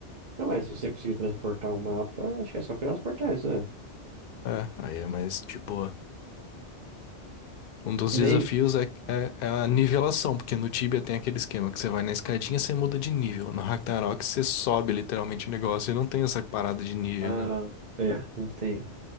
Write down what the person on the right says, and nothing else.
Não, é? se você conseguir transportar o mapa, acho que é só criar os portais, né?
E
daí.
Ah,
é, não sei.